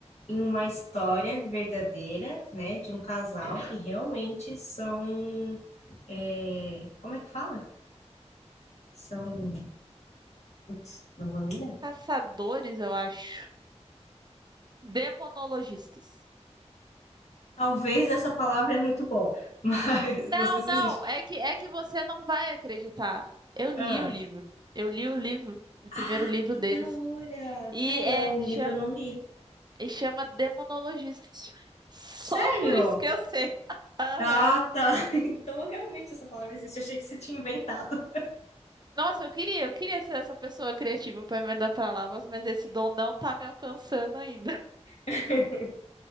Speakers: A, on the left (about 70°); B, on the right (about 40°).
A: em uma história verdadeira, né, de um casal que realmente são, é, como é que fala? São, putz, não vou lembrar.
B: Caçadores, eu acho. Demonologistas.
A: Talvez essa palavra é muito boa, mas
B: Não,
A: <laughs> não sei se
B: não,
A: existe.
B: é que, é que você não vai acreditar. Eu li
A: Ah,
B: o livro. Eu li o livro, o primeiro
A: Ah,
B: livro
A: que
B: deles.
A: da hora!
B: E
A: Tá aí,
B: é,
A: ó, o livro
B: chama
A: eu não li.
B: E chama demonologista. Só
A: Sério?
B: por isso que eu sei. Aham.
A: Ah, tá. <laughs> Então realmente essa palavra existe. Achei que você tinha inventado.
B: Nossa, eu queria, eu queria ser essa pessoa criativa para emendar palavras, mas esse dom não tá me alcançando ainda.
A: <laughs>